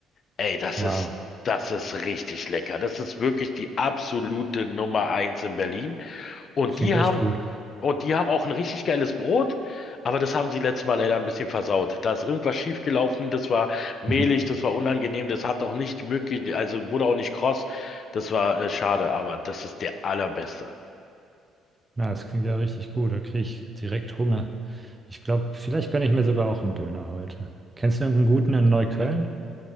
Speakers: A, on the left; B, on the right.
A: Ey, das
B: Wow,
A: ist Das ist richtig lecker. Das ist wirklich die absolute Nummer eins in Berlin. Und
B: klingt
A: die
B: echt
A: haben,
B: gut.
A: und die haben auch ein richtig geiles Brot, aber das haben sie letztes Mal leider ein bisschen versaut. Da ist irgendwas schiefgelaufen, das war mehlig,
B: Mhm.
A: das war unangenehm, das hat auch nicht möglich, also wurde auch nicht kross. Das war äh, schade, aber das ist der allerbeste.
B: Na, das klingt ja richtig gut. Da kriege ich direkt Hunger. Ich glaube, vielleicht gönne ich mir sogar auch einen Döner heute. Kennst du irgendeinen guten in Neukölln?